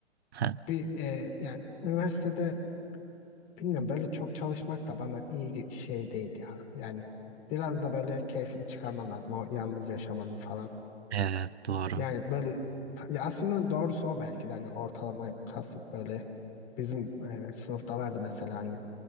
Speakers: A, on the right; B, on the left.
A: Heh,
B: bir e, ya üniversitede bilmiyorum böyle çok çalışmak da bana iyi bir şey değil ya. Yani biraz da böyle keyfini çıkarman lazım o yalnız yaşamanın falan.
A: evet doğru
B: Yani böyle ta- ya aslında doğrusu o belki de hani ortalama kasıp böyle bizim e, sınıfta vardı mesela hani